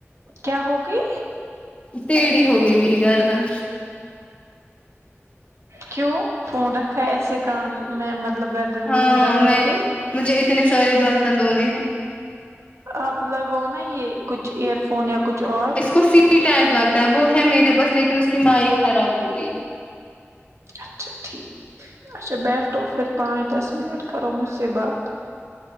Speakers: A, on the right; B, on the left.
A: کیا ہوگئی
B: تیڑھی ہو گئی میری گردن
A: کیوں فون رکھا ہے ایسے کان میں مطلب گھر دن
B: ہاں
A: میں یے دبا
B: میں
A: کے
B: مجھے اتنے سارے برتن دھونے ہیں
A: آپ لگاؤ نا یے کچھ ایئر فون یا کچھ اور
B: اس کو سی ٹائپ لگتا ہے وہ ہے میرے پاس لیکن اس کی مائک خراب ہو گئی ہے
A: اچھا ٹھیک اچھا بیٹھو پھر پانچ دس منٹ کرو مجھ سے بات